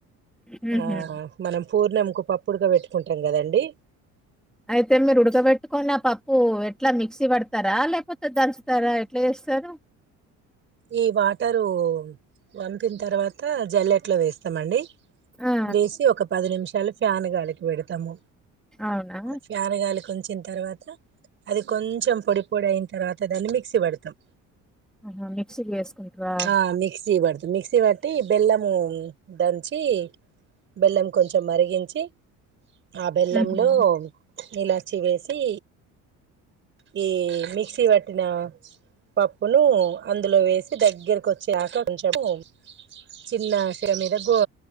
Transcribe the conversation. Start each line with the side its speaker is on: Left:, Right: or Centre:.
Centre: హుహు.
Right: ఆ మనం పూర్ణంకు పప్పు ఉడుక పెట్టుకుంటాం కదండి
Centre: అయితే మీరు ఉడకబెట్టుకొని ఆ పప్పు ఎట్లా మిక్సీ పడతారా లేకపోతే దంచుతారా ఎట్లా సరూ
Right: ఈ వాటరు వంపిన తర్వాత జల్లెట్ లో వేస్తామండి
Centre: ఆ!
Right: వేసి ఒక పది నిమిషాలు ఫ్యాన్ గాలికి పెడతాము
Centre: అవునా?
Right: ఫ్యాన్ గాలికి ఉంచిన తర్వాత అది కొంచెం పొడి పొడి అయిన తర్వాత దాన్ని మిక్సీ పడతాం
Centre: ఆహా! మిక్సీకి వేసుకుంటారా?
Right: ఆ మిక్సీ పడుతు మిక్సీ పట్టి బెల్లము దంచి బెల్లం కొంచెం మరిగించి ఆ బెల్లంలో
Centre: హుహు.
Right: ఇలాచి వేసి ఈ మిక్సీ పట్టినా పప్పును అందులో వేసి దగ్గరికి వచ్చక కొంచంము చిన్నశగా మీద గో